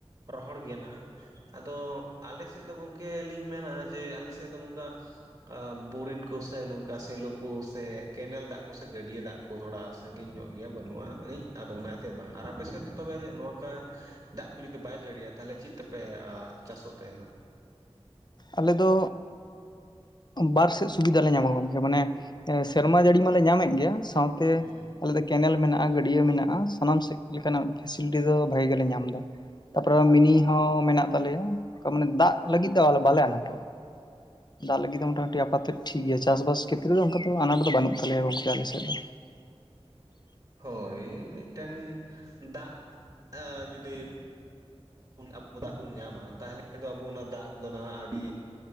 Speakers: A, on the right; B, on the left.
A: ᱨᱚᱦᱚᱲ ᱜᱮᱭᱟ ᱱᱟᱦᱟᱜ ᱟᱫᱚ ᱟᱞᱮ ᱥᱮᱫ ᱫᱚ ᱜᱚᱝᱠᱮ ᱞᱤᱧ ᱢᱮᱱᱟ ᱡᱮ ᱟᱞᱮ ᱥᱮᱫ ᱫᱚ ᱱᱚᱝᱠᱟ ᱵᱳᱨᱤᱝ ᱠᱚ ᱥᱮ ᱱᱚᱝᱠᱟ ᱥᱮ ᱥᱮᱞᱚ ᱠᱚ ᱥᱮ ᱠᱮᱱᱮᱞ ᱫᱟᱜ ᱠᱚ ᱥᱮ ᱜᱟᱹᱰᱭᱟᱹ ᱫᱟᱜ ᱠᱚ ᱛᱷᱚᱲᱟ ᱥᱟᱹᱜᱤᱧ ᱧᱚᱜ ᱜᱮᱭᱟ ᱵᱟᱹᱱᱩᱜ-ᱟ ᱟᱹᱱᱤᱡ᱾ ᱟᱫᱚ ᱚᱱᱟᱛᱮ ᱵᱟᱝ ᱟᱨ ᱟᱯᱮ ᱥᱮᱫ ᱫᱚ ᱛᱚᱵᱮ ᱱᱚᱠᱟ ᱫᱟᱜ ᱠᱚ ᱡᱩᱫᱤ ᱵᱟᱭ ᱡᱟᱹᱲᱤᱭᱟ ᱛᱟᱦᱞᱮ ᱪᱮᱫ ᱛᱮᱯᱮ ᱪᱟᱥ ᱚᱜ ᱛᱮ ᱱᱟᱜ᱾
B: ᱟᱞᱮ ᱫᱚ ᱵᱟᱨ ᱥᱮᱫ ᱥᱩᱵᱤᱫᱷᱟ ᱞᱮ ᱧᱟᱢᱟ ᱜᱚᱝᱠᱮ ᱢᱟᱱᱮ ᱥᱮᱨᱢᱟ ᱡᱟᱹᱲᱤ ᱢᱟᱞᱮ ᱧᱟᱢᱮᱫ ᱜᱮᱭᱟ᱾ ᱥᱟᱣ ᱛᱮ
A: ᱦᱮᱸ
B: ᱟᱞᱮ ᱫᱚ ᱠᱮᱱᱮᱞ ᱢᱮᱱᱟᱜ-ᱟ ᱜᱟᱹᱰᱭᱟᱹ ᱢᱮᱱᱟᱜ-ᱟ ᱥᱟᱱᱟᱢ ᱥᱮᱫ ᱞᱮᱠᱟᱱᱟᱜ ᱯᱷᱮᱥᱮᱞᱤᱴᱤ ᱫᱚ ᱵᱷᱟᱜᱮ ᱜᱮᱞᱮ ᱧᱟᱢ ᱫᱟ᱾ ᱛᱟᱯᱚᱨᱮ ᱢᱤᱱᱤ ᱦᱚᱸ ᱢᱮᱱᱟᱜ ᱛᱟᱞᱮᱭᱟ ᱛᱟᱢᱟᱱᱮ ᱫᱟᱜ ᱞᱟᱹᱜᱤᱫ ᱫᱚ ᱵᱟᱞᱮ ᱟᱱᱟᱴᱚᱜ-ᱟ᱾ <inaudible> ᱫᱟᱜ ᱞᱟᱹᱜᱤᱫ ᱫᱚ ᱢᱚᱴᱟ ᱢᱩᱴᱤ ᱟᱯᱟᱛᱮᱫ ᱴᱷᱤᱠ ᱜᱮᱭᱟ ᱪᱟᱥ ᱵᱟᱥ ᱠᱷᱮᱛᱨᱮ ᱨᱮ ᱫᱚ ᱚᱱᱠᱟ ᱫᱚ ᱟᱱᱟᱴ ᱫᱚ ᱵᱟᱹᱱᱩᱜ ᱛᱟᱞᱮᱭᱟ ᱜᱚᱝᱠᱮ ᱟᱞᱮ ᱥᱮᱫ ᱫᱚ᱾
A: ᱦᱳᱭ ᱢᱤᱫ ᱴᱮᱱ ᱫᱟᱜ ᱡᱩᱫᱤ ᱟᱵᱚ ᱫᱟᱜ ᱵᱚᱱ ᱧᱟᱢᱟ ᱛᱟᱦᱞᱮ ᱫᱚ ᱟᱵᱚ ᱚᱱᱟ ᱫᱟᱜ ᱫᱚ ᱱᱟᱦᱟᱜ ᱟᱹᱰᱤ